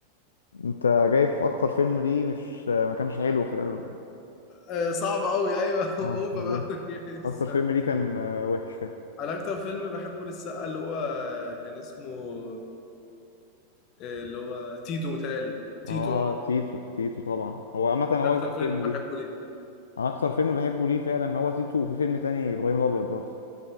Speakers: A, on the left; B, on the left.
A: انت جايب اكتر فيلم ليه مش آه، ما كانش حلو فعلا
B: آه، صعب قوي ايوه <laughs> اوفر
A: اه بالظبط
B: قوي يعني السقا
A: اكتر فيلم ليه كان آه، وحش فعلا.
B: انا اكتر فيلم بحبه للسقا اللي هو كان اسمه آه، اللي هو تيتو متهيألي تيتو
A: اه
B: اه
A: تيتو تيتو طبعا هو عامة هو
B: ده اكتر
A: أجمل
B: فيلم
A: فيلم ليه
B: بحبه ليه
A: أنا أكتر فيلم بحبه ليه فعلا هو تيتو وفي فيلم تاني إبراهيم الأبيض برضه